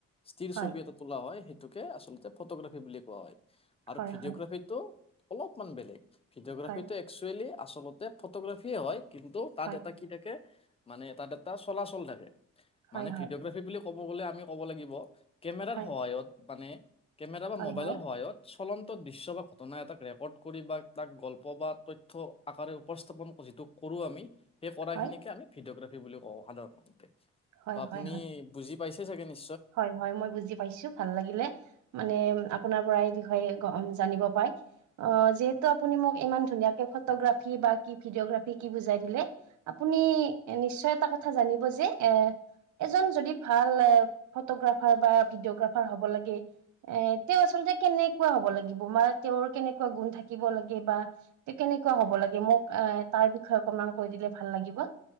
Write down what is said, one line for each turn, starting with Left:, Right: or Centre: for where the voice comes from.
Left: স্থিৰ
Right: হয়
Left: ছবি এটা তোলা হয় সেইটোকে আচলতে ফটোগ্ৰাফি বুলি কোৱা হয়। আৰু
Right: হয়
Left: ভিডিঅগ্ৰাফীটো
Right: হয়
Left: অলপমান বেলেগ ভিডিঅগ্ৰাফীটো
Right: হয়
Left: একচুৱেলি আচলতে ফটোগ্ৰাফি হয় কিন্তু তাত
Right: হয়
Left: এটা কি থাকে। মানে এ তাত এটা চলাচল থাকে
Right: হয়
Left: মানে
Right: হয়
Left: ভিডিঅগ্ৰাফি বুলি ক'ব গলে আমি ক'ব লাগিব। কেমেৰাৰ
Right: হয় হয়
Left: সহায়ত মানে কেমেৰা বা
Right: হয়
Left: মোবাইলৰ
Right: হয় হয়
Left: সহায়ত চলন্ত দৃশ্য বা ঘটনা এটা, ৰেকৰ্ড কৰি বা তাক গল্প বা তথ্য আকাৰে উপস্থাপন যিটো কৰো আমি সেই কৰা
Right: হয়
Left: খিনিকে আমি ভিডিঅগ্ৰাফি বুলি কওঁ সাধাৰণতে
Right: হয়
Left: বা আপুনি
Right: হয় হয়
Left: বুজি পাইছে চাগে নেকি?
Right: হয় হয় মই বুজি পাইছো ভাল লাগিলে মানে আপোনাৰ পৰা এই বিষয়ে জানিব পাই অ, যিহেতু আপুনি মোক ইমান ধুনীয়াকে ফটোগ্ৰাফ বা কি ভিডিঅগ্ৰাফি কি বুজাই দিলে আপুনি নিশ্চয় এটা কথা জানিব যে এজন যদি ভাল ফটোগ্ৰাফাৰ বা ভিডিঅগ্ৰাফাৰ হব লাগে এ তেওঁ আচলতে কেনেকুৱা হব লাগিব মাৰ তেওঁৰ কেনেকুৱা গুণ থাকিব লাগে বা তেওঁ কেনেকুৱা হব লাগে মোক এ তাৰ বিষয়ে অকনমান কৈ দি ভাল লাগিব।